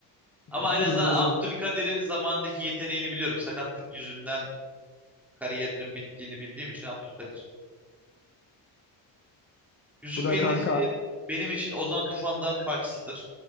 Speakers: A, in the centre; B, on the left.
A: Ama
B: Ya
A: en
B: birini
A: azından
B: o
A: Abdülkadir'in zamandaki yeteneğini biliyorum. Sakatlık yüzünden kariyerinin bittiğini bildiğim için Abdülkadir. Yusuf
B: Bu da
A: El
B: kanka.
A: Nesiri benim için Ozan Tufan'dan farksızdır.